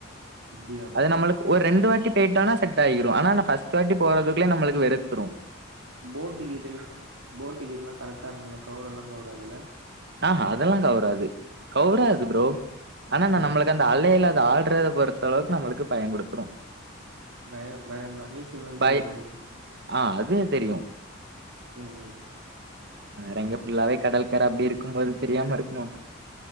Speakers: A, on the right; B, on the right.
A: அப்டியா
B: அது நம்மளுக்கு ஒரு ரெண்டு வாட்டி போயிட்டோனா செட் ஆகிரு ஆனா ஃபஸ்ட்டு வாட்டி போறதுகுள்ளயே நம்மளுக்கு வெறுப்
A: போட்டு கீட்டெல்லா போட்டு கீட்டெல்லா கரெக்டா இருக்கும்ள கவுரல்லா கவுராதுல
B: ஆ ஹ அதெல்லா கவுராது கௌராது ப்ரோ ஆனா
A: ஆ
B: நா நம்மளுக்கு அந்த அலைல அது ஆடுறத பொறுத்த அளவுக்கு நம்மளுக்கு பயங் குடுத்துரு
A: பயோ பயோதா நீச்சல்லா
B: பய
A: தெரியுமா உங்களுக்கு
B: ஆ அது தெரியு
A: ம்
B: வேற எங்க புள்ளாவே கடல்கர அப்டி இருக்கும்போது தெரியாம இருக்குமா